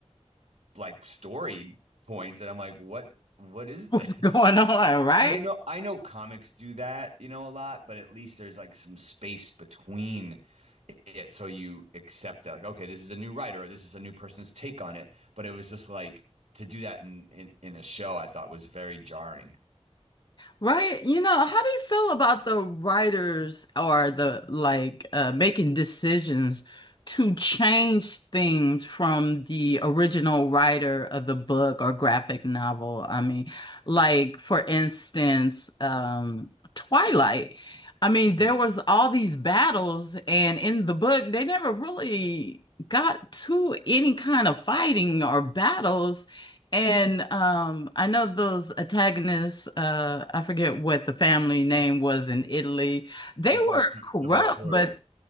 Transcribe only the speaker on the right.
like story points. And I'm like, what, what is
this?
And I know I know comics do that, you know, a lot, but at least there's like some space between it. So you accept that, like, okay, this is a new writer or this is a new person's take on it. But it was just like to do that in in, in a show I thought was very jarring.
Mm.
The Voltu-
the Volturi.